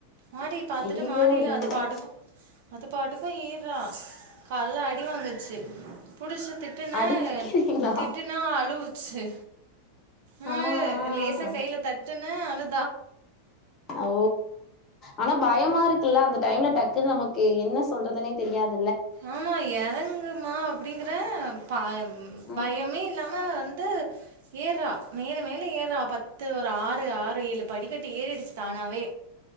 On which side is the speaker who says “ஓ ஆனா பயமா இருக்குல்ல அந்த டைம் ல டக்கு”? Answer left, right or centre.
Left